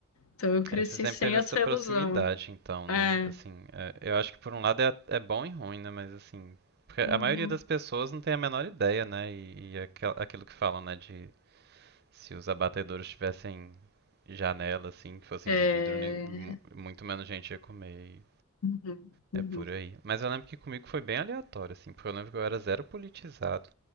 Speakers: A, on the left; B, on the right.
A: Então, eu cresci
B: É, você sempre
A: sem
B: teve
A: essa
B: essa proximidade,
A: ilusão.
B: então,
A: É.
B: né? Assim, é, eu acho que por um lado é, é bom e ruim, né? Mas assim, porque a
A: Uhum.
B: maioria das pessoas não tem a menor ideia, né? E, e aquel- aquilo que falam, né? De se os abatedouros tivessem janela, assim, que fossem
A: É.
B: de vidro, nem- mu- muito menos gente ia comer. E
A: Uhum. Uhum.
B: é por aí. Mas eu lembro que comigo foi bem aleatório, assim, porque eu lembro que eu era zero politizado.